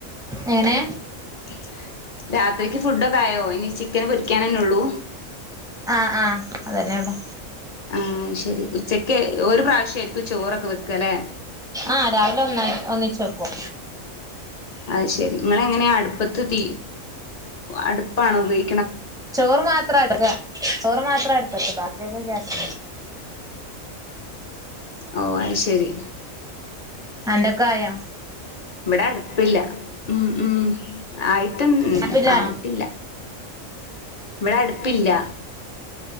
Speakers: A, in the centre; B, on the left.
A: എങ്ങനെ
B: <unintelligible> രാത്രിക്ക് ഫുഡൊക്കായോ ഇനി ചിക്കന് പൊരിക്കാൻന്നെ ഉള്ളൂ
A: ആഹ് ആഹ് അതന്നെ ഉള്ളു
B: ആഹ് ശരി ഉച്ചക്ക് ഒരു പ്രാവശ്യായിരിക്കും ചോറൊക്കെ വെക്ക അല്ലെ
A: ആഹ് രാവിലെ ഒന്നായി ഒന്നിച് വക്കും
B: അ ശെരി നിങ്ങള എങ്ങനെയാ അടുപ്പത്ത് തീ അടുപ്പാണ ഉപയോ
A: ചോറ് മാത്ര എടുക്ക ചോറ് മാത്ര എടു പ്പത് ബാക്കിയൊക്കെ ഗ്യസിന്
B: ഓ അത് ശെരി
A: എന്തൊക്കായൊ
B: ഇവിടെ അടുപ്പില്ല ഉം ഉം ആയി
A: അടുപ്പില്ല
B: ആയിട്ടില്ല ഇവിടെ അടു ടുപ്പില്ല